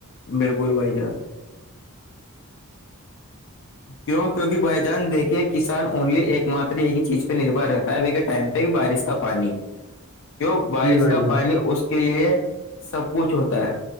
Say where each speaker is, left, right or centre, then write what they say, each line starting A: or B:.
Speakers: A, on the left; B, on the left.
A: بالکل بھائی جان کیوں کیونکہ بھائی جان دیکھیے کسان اونلی ایک مات ایک ہی چیز پہ نربھر رہتا ابھی کے ٹائم پہ بارش کا پانی کیوں بارش
B: جی بھائی
A: کا
B: جان
A: پانی اس کے لیے سب کچھ ہوتا ہے